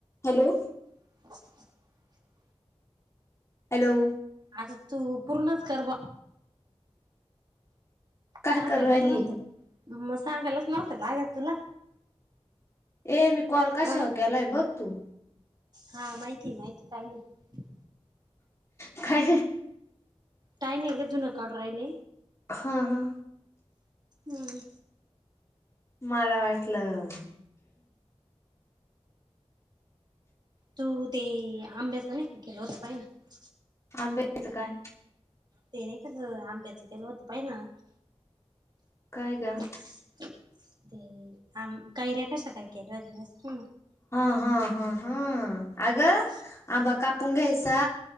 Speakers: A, on the left; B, on the right.
A: Hello!
B: <inaudible>
A: Hello.
B: आ तू पूर्णात कर्वा.
A: काय
B: सांगायलाच
A: करू राहिली
B: नव्हतं मग सांगायलाच नव्हतं लागल तुला.
A: ए मी कॉल कशा
B: अ
A: वर केलाय बघ तू.
B: हा माहिती माहिती काही नाही.
A: काय
B: काय नाही ग धुणं काढू राहिले.
A: हा हा
B: हम्म.
A: मला वाटलं
B: तू ते आंब्याच नाही केलं होत पाहि ना?
A: आंब्यायचं काय.
B: ते नाही का ग आंब्याचं गेलं होत पाहि ना.
A: काय गा.
B: ते आम कैऱ्या कशा काय केल्याल्या स्
A: हा हा हा हा
B: हम्म
A: अगं आंबा कापून घ्यायचा.